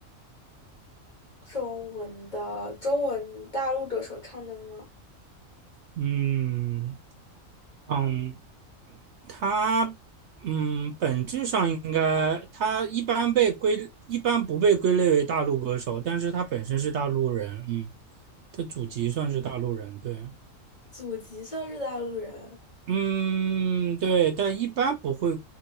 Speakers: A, on the left (about 35°); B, on the right (about 65°).
A: 中文的，中文大陆歌手唱的吗？
B: 嗯嗯，他嗯，本质上应该他一般被归一般不被归类为大陆歌手，但是他本身是大陆人，嗯，他祖籍算是大陆人，对，
A: 祖籍算是大陆人，
B: 嗯，对，但一般不会，